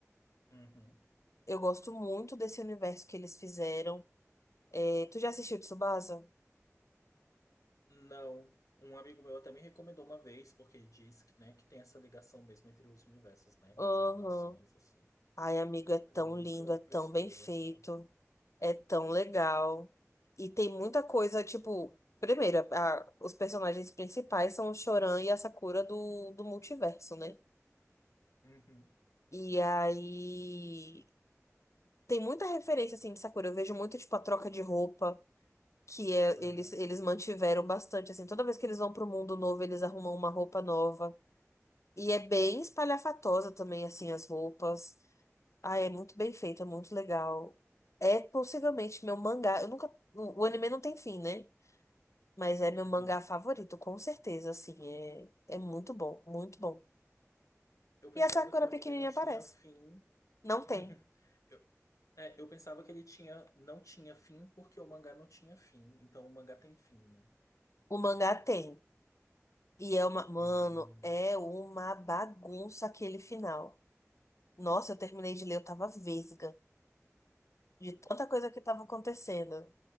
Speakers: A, on the left; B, on the left.
A: né?
B: Eu gosto muito desse universo que eles fizeram. É, tu já assistiu Tsubasa?
A: Não. Um amigo meu até me recomendou uma vez, porque diz que, né, que tem essa ligação mesmo entre os universos, né,
B: Aham.
A: das animações, assim.
B: Ai, amigo, é tão
A: Mas eu nunca
B: lindo, é tão
A: prestei
B: bem feito,
A: atenção.
B: é tão legal. E tem muita coisa, tipo, primeiro, a- os personagens principais são o Choran e a Sakura do, do multiverso, né?
A: Uhum.
B: E aí tem muita referência assim de Sakura. Eu vejo muito, tipo, a troca de roupa, que é,
A: Aham.
B: eles, eles mantiveram bastante, assim, toda vez que eles vão pro mundo novo, eles arrumam uma roupa nova. E é bem espalhafatosa também, assim, as roupas. Ah, é muito bem feito, é muito legal. É possivelmente meu mangá. Eu nunca. O o anime não tem fim, né? Mas é
A: Uhum.
B: meu mangá favorito, com certeza, assim. É, é muito bom, muito bom.
A: Eu pensava
B: E a Sakura
A: que o anime
B: pequenininha
A: não tinha
B: aparece.
A: fim.
B: Não tem.
A: <laughs> Eu, é, eu pensava que ele tinha, não tinha fim porque o mangá não tinha fim. Então o mangá tem fim, né?
B: O mangá tem. E é uma. Mano,
A: Hum.
B: é uma bagunça aquele final. Nossa, eu terminei de ler, eu tava vesga. De tanta coisa que tava acontecendo.